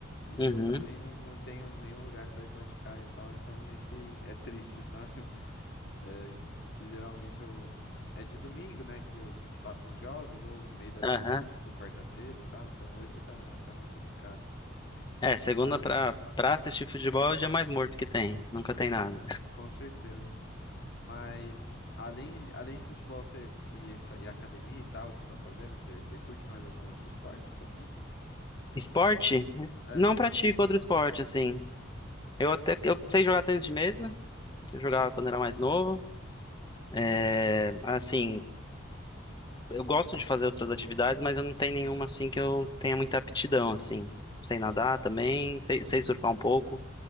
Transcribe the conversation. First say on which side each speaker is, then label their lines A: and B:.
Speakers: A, on the left (about 60°); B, on the left (about 20°).
A: E
B: Uhum.
A: eu também não, não tenho nenhum lugar para ir praticar e tal. Então, meio que é triste, sabe? <laughs> É, que geralmente eu. É de domingo, né, que, os, que passam os jogos, ou no meio da
B: Aham.
A: semana, tipo quarta-feira e tal. Então, hoje tá, tá meio complicado.
B: É, segunda
A: Mas,
B: pra, pra assistir futebol é o dia mais morto que tem. Nunca
A: sim,
B: tem nada.
A: com certeza. Mas além, além de futebol você, e, fa- e academia e tal que você tá fazendo, você, você curte mais algum outro esporte também?
B: Esporte? Es-
A: É.
B: Não pratico outro esporte, assim. Eu até eu sei jogar tênis de mesa, que eu jogava quando era mais novo. É, assim, eu gosto de fazer outras atividades, mas eu não tenho nenhuma assim que eu tenha muita aptidão, assim. Sei nadar também, sei, sei surfar um pouco.